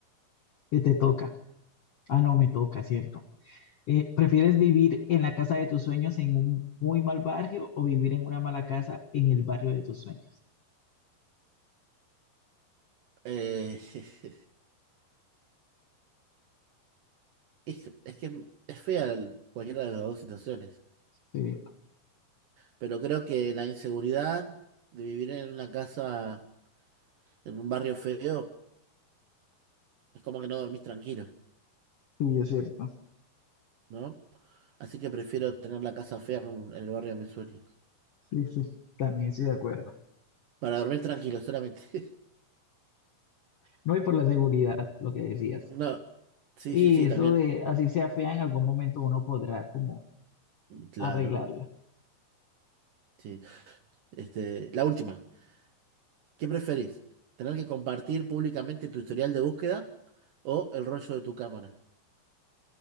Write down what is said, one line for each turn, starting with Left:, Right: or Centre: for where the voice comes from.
Left: Que te toca. Ah, no, me toca, ¿cierto? Eh, ¿prefieres vivir en la casa de tus sueños en un muy mal barrio o vivir en una mala casa en el barrio de tus sueños?
Right: Eh, <laughs> es, es que es fea el- cualquiera de las dos situaciones,
Left: Sí,
Right: pero creo que la inseguridad de vivir en una casa, en un barrio feo, es como que no dormís tranquilo,
Left: sí, es cierto.
Right: ¿no? Así que prefiero tener la casa fea en, un- en el barrio de mis sueños,
Left: Sí, sí, También estoy de acuerdo.
Right: para dormir tranquilo solamente. <laughs>
Left: No, y por la seguridad, lo que decías.
Right: No, sí,
Left: Y
Right: sí, sí,
Left: eso
Right: también.
Left: de así sea fea, en algún momento uno podrá como
Right: Claro,
Left: arreglarla.
Right: sí. Este, la última. ¿Qué preferís? ¿Tener que compartir públicamente tu historial de búsqueda o el rollo de tu cámara?